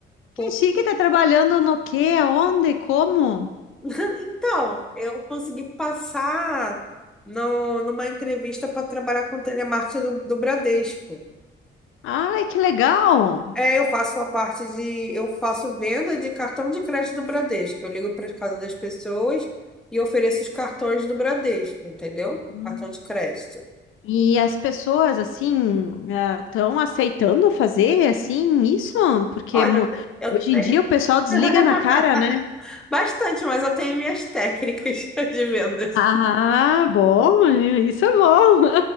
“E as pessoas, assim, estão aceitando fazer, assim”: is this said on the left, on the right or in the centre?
Left